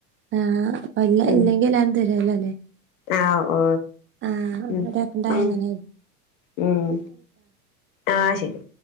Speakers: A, on the right (about 25°); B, on the left (about 55°).
A: ആഹ്. അപ്പ ല്ല
B: ഉം
A: ഇല്ലെങ്കി എല്ലാരും തരോല്ലലെ.
B: ആഹ് ഓ
A: ആഹ.
B: ഉം
A: അതക്കെണ്ടായ
B: ഉം
A: അങ്ങനെ.
B: ഉം. ആഹ ശരി